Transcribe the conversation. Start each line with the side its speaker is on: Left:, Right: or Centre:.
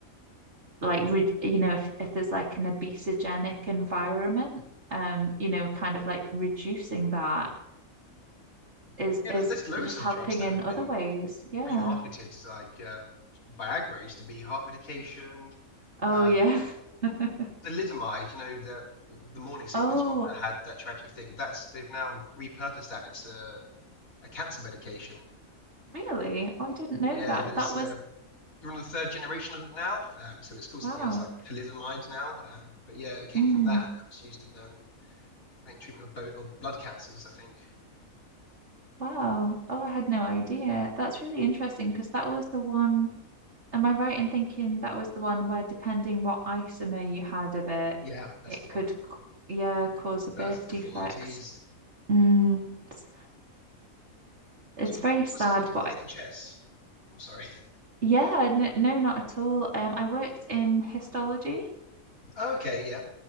Right: like you know if, if there's like an obesogenic environment um you know kind of like reducing that is
Left: Yeah,
Right: is
Left: there's, there's loads
Right: just
Left: of
Right: helping
Left: drugs that
Right: in
Left: have
Right: other
Left: been
Right: ways. Yeah.
Left: remarketed like um, Viagra used to be heart medication.
Right: Oh
Left: Um,
Right: yeah. <laughs>
Left: thalidomide, you know, the the morning sickness
Right: Oh,
Left: one that had that tragic thing. That's they've now repurposed that. and It's a, a cancer medication.
Right: really? Oh, I didn't know
Left: Yeah,
Right: that.
Left: there's
Right: That was
Left: um, they're on the third generation of it now. Um, so it's called
Right: wow.
Left: something else like thalidomide now. Um, but yeah, it came
Right: Mm,
Left: from that. That was used in um, I think treatment of both of blood cancers. I think.
Right: wow. Oh, I had no idea. That's really interesting because that was the one. Am I right in thinking that was the one where, depending what isomer you had of it,
Left: Yeah, that's
Right: it
Left: the
Right: could,
Left: one.
Right: c- yeah, cause a birth
Left: Birth deformities.
Right: defects. Mm, it's, it's
Left: So
Right: very
Left: what
Right: sad,
Left: was it you did
Right: but
Left: in the
Right: I-
Left: NHS? I'm sorry. <laughs>
Right: yeah, n no, not at all. Um, I worked in histology.
Left: Okay, yeah.